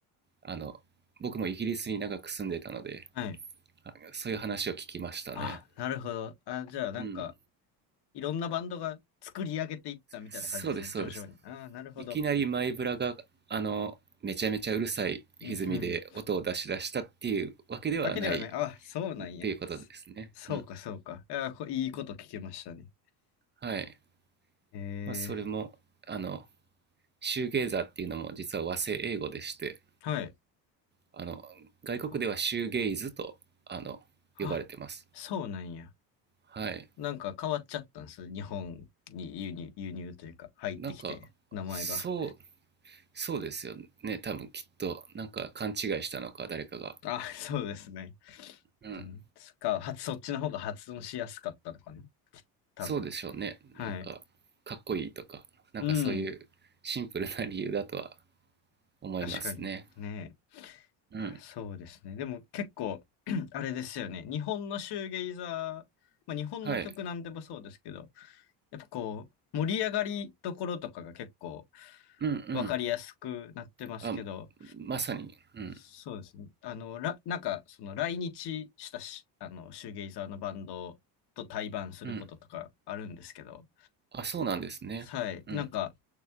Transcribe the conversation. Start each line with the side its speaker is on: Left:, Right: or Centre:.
Right: あの僕もイギリスに長く住んでたので
Left: あ、はい。
Right: そういう話を聞きましたね。
Left: ああ、なるほど。あ、じゃあ、なんか、
Right: うん、
Left: いろんなバンドが作り上げていったみたいな感じですね、
Right: そうですそうです
Left: 上昇に。ああ、なるほど。
Right: いきなりマイブラが、あの、めちゃめちゃうるさい歪みで音を出し出したっていうわけではない
Left: うんふんわけではね、あ、そうなんや。
Right: っていうことですね。
Left: そそうか、
Right: うん。
Left: そうか。いや、こいいこと聞けましたね。
Right: はい。
Left: え
Right: まあ、それも、あの、シューゲイザーっていうのも実は和製英語でして、
Left: ー、はい。
Right: あの、外国ではシューゲイズと、
Left: あ、
Right: あの、
Left: あそうなんや。
Right: 呼ばれてます。はい。
Left: なんか変わっちゃったんです。日本に輸入、輸入というか、入ってきて、
Right: なんか、
Left: 名前が。
Right: そう、そうですよね。多分きっと、なんか勘違いしたのか、誰かが。
Left: あ、そうですね。
Right: うん。
Left: うん、そっか、はそっちの方が発音しやすかったのかな多分。
Right: そうでしょうね。
Left: はい。
Right: なんか、かっこいいとか、なんかそういうシンプルな理由だとは
Left: うん。
Right: 思いますね。
Left: 確かに。ね
Right: うん。
Left: え。いや、そうですね。でも結構、<clears throat> あれですよね。日本のシューゲイザー、まあ日本の曲なんでもそうですけど、
Right: はい。
Left: やっぱこう、盛り上がりどころとかが結構
Right: うんうん。
Left: わかりやすくなってますけど、
Right: あ、まさに。うん。
Left: そうですね。あの、ら、なんか、その来日したし、あの、シューゲイザーのバンドと対バンすることとかあるんですけど、
Right: うん。あ、そうなんですね。
Left: はい。
Right: うん。
Left: なんか、